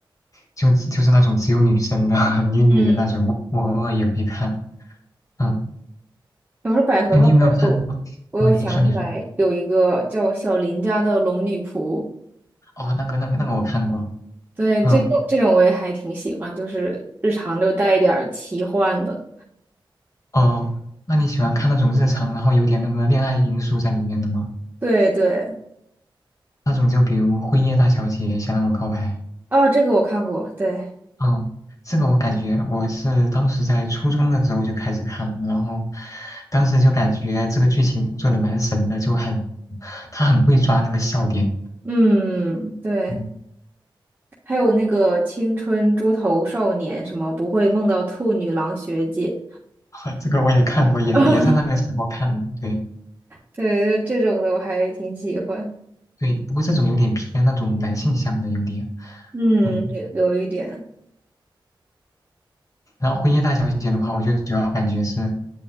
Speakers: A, on the left; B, on the right.
A: 就就是那种只有女生的 <laughs> 女女的那种，
B: 嗯，
A: 我我偶尔也会看。嗯，
B: 要是百合的话，
A: 哎，你有没有看过？
B: 我有我有想起来有一个叫小林家的龙女仆。
A: 哦，你说你说，哦，那个那个那个我看过。
B: 对，
A: 嗯，
B: 这种这种我也还挺喜欢，就是日常就带一点儿奇幻的。
A: 哦，那你喜欢看那种日常，然后有点那个恋爱因素在里面的吗？
B: 对对，
A: 那种就比如《辉夜大小姐想让我告白》。
B: 哦，这个我看过，对，
A: 嗯，这个我感觉我是当时在初中的时候就开始看了，然后当时就感觉这个剧情做的蛮神的，就很，他很会抓那个笑点。
B: 嗯，对，
A: 嗯，
B: 还有那个《青春猪头少年》，什么不会梦到兔女郎学姐，
A: <laughs> 这个我也看过，也也是那个时候看的。
B: <laughs>
A: 对
B: 对，就这种的我还挺喜欢。
A: 对，不过这种有点偏那种男性向的有点。
B: 嗯，
A: 嗯，
B: 有有一点，
A: 然后《辉夜大小姐》的话，我就主要感觉是